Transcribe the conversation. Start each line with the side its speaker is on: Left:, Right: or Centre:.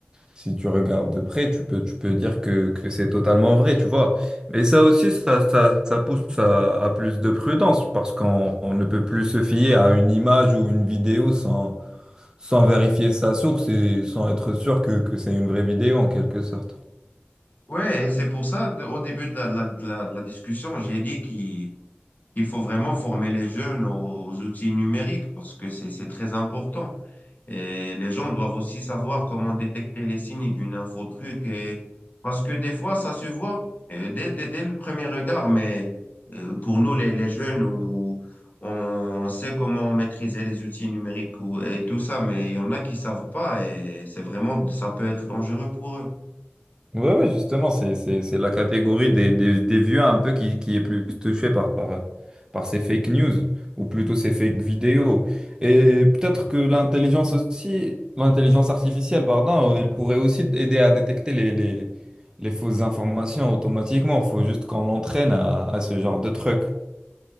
Right: si tu regardes de près, tu peux, tu peux dire que, que c'est totalement vrai, tu vois. Mais ça aussi, ça, ça, ça pousse à, à plus de prudence, parce qu'on on ne peut plus se fier à une image ou une vidéo sans vérifier sa source et sans être sûr que, que c'est une vraie vidéo en quelque sorte.
Left: Ouais, et c'est pour ça, de- au début de la, de la, de la, de la discussion, j'ai dit qu'il Il faut vraiment former les jeunes aux outils numériques parce que c'est, c'est très important. Et les gens doivent aussi savoir comment détecter les signes d'une infotruc et parce que des fois, ça se voit euh, dès, dès, dès le premier regard, mais euh, pour nous, les, les jeunes, où on sait comment maîtriser les outils numériques ou- et tout ça, mais il y en a qui savent pas et c'est vraiment, ça peut être dangereux pour eux.
Right: Ouais, ouais, justement, c'est, c'est, c'est la catégorie des, des, des vieux un peu qui, qui est plus touchée par, par, par ces fake news, ou plutôt ces fake vidéos. Et peut-être que l'intelligence aussi, l'intelligence artificielle, pardon, elle pourrait aussi aider à détecter les, les, les fausses informations automatiquement. Il faut juste qu'on l'entraîne à, à ce genre de truc.